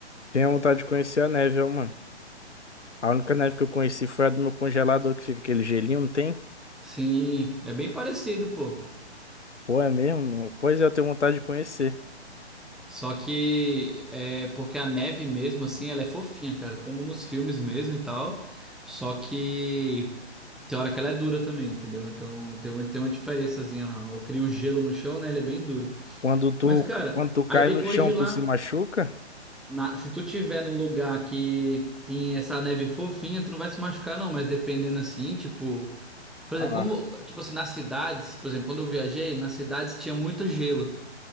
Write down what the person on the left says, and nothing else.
Tenho vontade de conhecer a neve, ó, mano. A única neve que eu conheci foi a do meu congelador, que fica aquele gelinho, não tem?
Pô, é mesmo? Não. Pois é, eu tenho vontade de conhecer.
Quando tu,
quando tu cai
no chão,
tu
se machuca?
Ah,